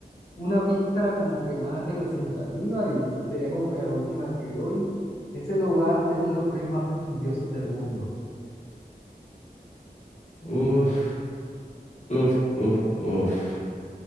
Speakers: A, on the left; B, on the left.
A: una pista como que más representativa y sería como que la última que doy. Es el hogar de uno de los premios más prestigiosos del mundo.
B: Uf, uf, uf, uf.